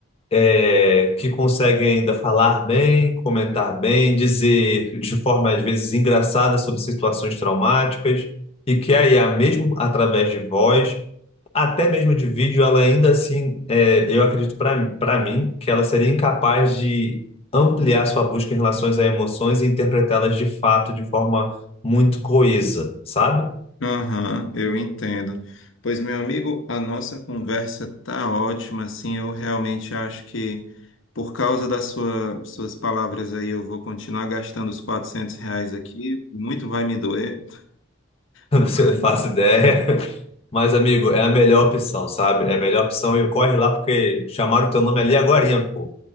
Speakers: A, on the left; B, on the left.
A: é, que conseguem ainda falar bem, comentar bem, dizer de forma às vezes engraçada sobre situações traumáticas, e que a IA, mesmo através de voz, até mesmo de vídeo, ela ainda assim, é, eu acredito para para mim, que ela seria incapaz de ampliar sua busca em relação a emoções e interpretá-las de fato de forma muito coesa, sabe?
B: Aham, eu entendo. Pois, meu amigo, a nossa conversa tá ótima, assim, eu realmente acho que por causa das sua- suas palavras aí, eu vou continuar gastando os 400 reais aqui, muito vai me doer,
A: <laughs> Você
B: mas...
A: faço ideia. Mas, amigo, é a melhor opção, sabe? É a melhor opção e corre lá porque chamaram teu nome ali agorinha, pô.